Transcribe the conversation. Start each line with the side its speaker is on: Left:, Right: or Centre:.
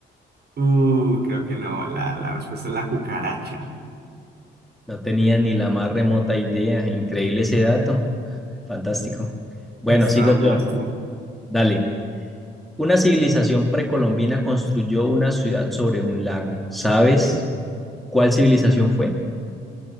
Right: Uh, creo que no, la, la respuesta es la cucaracha.
Centre: No tenía ni la más remota idea. Increíble ese dato. Fantástico. Bueno,
Right: Listo,
Centre: sigo
Right: dale,
Centre: yo.
Right: vas tú.
Centre: Dale. Una civilización precolombina construyó una ciudad sobre un lago, ¿sabes? cuál civilización fue.